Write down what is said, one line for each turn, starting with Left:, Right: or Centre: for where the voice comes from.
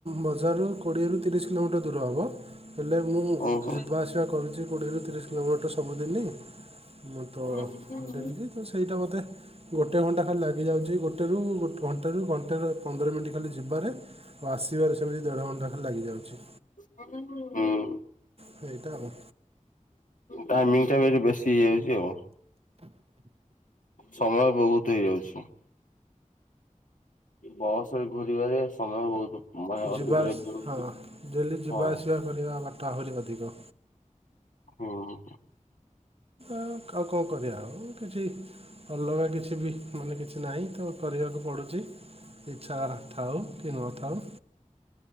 Right: ମ ଯା ରୁକ୍। କୋଡ଼ିଏରୁ ତିରିଶ କିଲୋମିଟର ଦୂର ହେବ ହେଲେ ମୁଁ
Left: ଓହୋ।
Right: ଯିବା ଆସିବା କରୁଛି କୋଡ଼ିଏରୁ ତିରିଶ କିଲୋମିଟର ସବୁଦିନ। ମୁଁ ତ
Left: ଆ ଆ।
Right: ଡେଲି ତ ସେଇଟା ମୋତେ ଗୋଟେ। ଗୋଟଏ ଘଣ୍ଟା ଖାଲି ଲାଗିଯାଉଛି ଗୋଟେରୁ ଘଣ୍ଟେରୁ ଘଣ୍ଟେ ପନ୍ଦର ମିିନଟ ଖାଲି ଯିବାରେ ଆ ଆସିବାରେ ସେମିତି ଦେଢ ଘଣ୍ଟା ଖାଲି ଲାଗି ଯାଉଛି
Left: ହୁଁ
Right: ସେଇଟା ହ
Left: ଟାଇମିଂ ଟା ବେଶୀ ହେଇଯାଉଛି ଆଉ। ସମୟ ବହୁତ ହେଇଯାଉଛି। ବସରେ ଘୁରିବାରେ ସମୟ ବହୁତ, ମାନେ ଅତିବାହିତ
Right: ଯିବା ଆସ
Left: ହଉଛି
Right: ହଁ ଡେଲି ଯିବା
Left: ହଁ
Right: ଆସିବା କରିବା ବା ଆହୁରି ଅଧିକ।
Left: ହୁଁ।
Right: ଆଉ କଣ କରିବା ଆଉ କିଛି, ଭଲରେ, କିଛି ବି ମାନେ କିଛି ନାହିଁ ତ କରିବାକୁ ପଡ଼ୁଛି। ଇଚ୍ଛା ଥାଉ କି ନ ଥାଉ